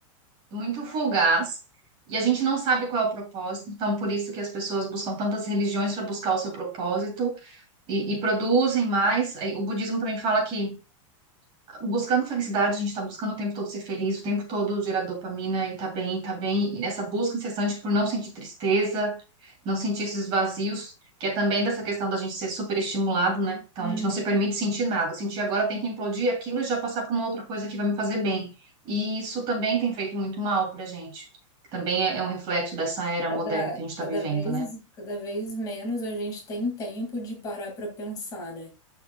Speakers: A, on the right; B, on the left.
A: muito fugaz e a gente não sabe qual é o propósito. Então por isso que as pessoas buscam tantas religiões para buscar o seu propósito e, e produzem mais. Aí, O budismo também fala que buscando felicidade, a gente está buscando o tempo todo ser feliz, o tempo todo gerar dopamina e tá bem, tá bem. E nessa busca incessante por não sentir tristeza, não sentir esses vazios, que é também dessa questão da gente ser super estimulado, né? Então
B: Uhum.
A: a gente não se permite sentir nada. Sentir agora tem que implodir aquilo e já passar para uma outra coisa que vai me fazer bem. E isso também tem feito muito mal pra gente. Também é é um reflexo dessa era moderna
B: Cada,
A: que a gente está
B: cada
A: vivendo,
B: vez,
A: né?
B: cada vez menos a gente tem tempo de parar para pensar, né?